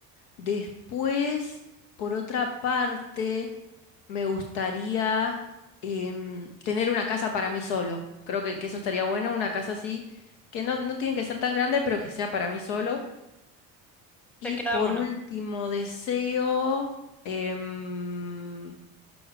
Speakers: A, on the left; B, in the centre.
A: Después, por otra parte, me gustaría em, tener una casa para mí solo. Creo que, que eso estaría bueno, una casa así, que no, no tiene que ser tan grande, pero que sea para mí solo.
B: Te
A: Y
B: queda
A: por
B: uno.
A: último deseo, em,